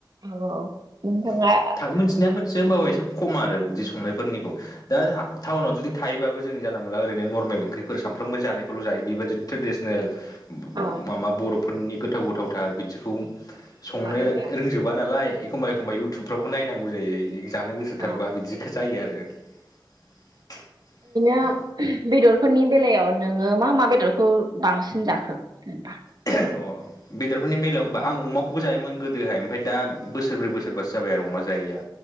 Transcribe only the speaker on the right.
औ नोंथाङा
औ
जानाय जाया
औ
<inaudible>
बेदरफोरनि बेलायाव नोङो मा मा बेदरखौ बांसिन जाखो जेनबा?